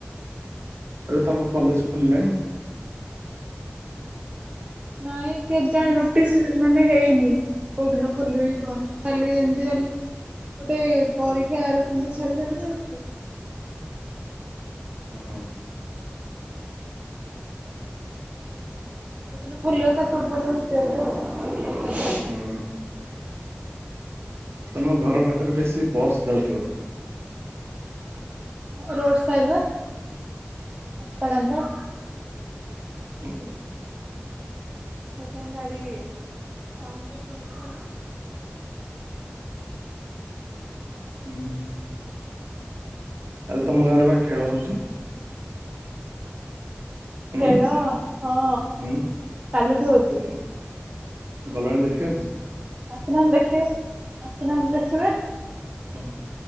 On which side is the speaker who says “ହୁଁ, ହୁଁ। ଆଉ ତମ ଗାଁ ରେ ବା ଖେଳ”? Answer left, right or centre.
Right